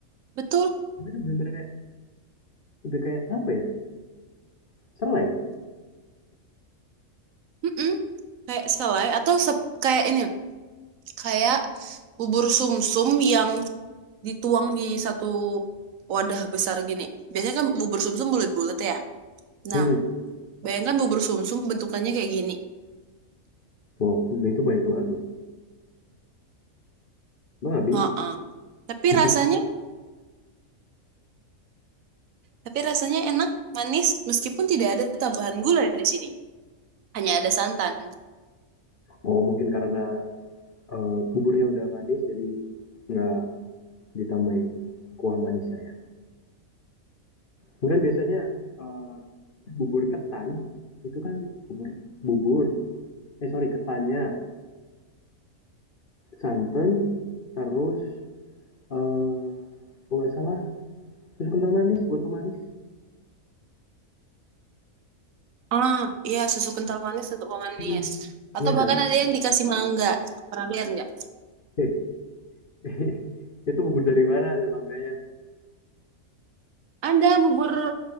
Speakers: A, on the right; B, on the left.
A: betul.
B: Tapi itu bener-bener kayak udah kayak apa ya, selai. <laughs>
A: Mm-mm. Kayak selai atau sep- kayak ini, kayak bubur sumsum yang dituang di satu wadah besar gini. Biasanya kan bubur sumsum bulat-bulat ya.
B: Mhm.
A: Nah, Bayangkan bubur sumsum bentukannya kayak gini.
B: Wow, itu banyak banget loh. Emang habis?
A: Heeh. Tapi
B: <laughs>
A: rasanya, tapi rasanya enak, manis, meskipun tidak ada tambahan gula di sini. Hanya ada santan.
B: Oh, mungkin karena, eee, buburnya udah manis jadi nggak ditambahin kuah manisnya ya. Mungkin biasanya eh, bubur ketan itu kan bubur bubur eh sorry ketannya santan terus eh kalau nggak salah terus kental manis buat pemanis.
A: Ah, iya susu kental manis untuk pemanis.
B: Mm,
A: Atau
B: Iya
A: bahkan
B: kan?
A: ada yang dikasih mangga. Pernah lihat nggak?
B: Eh <laughs> itu bubur dari mana tuh mangganya?
A: Ada bubur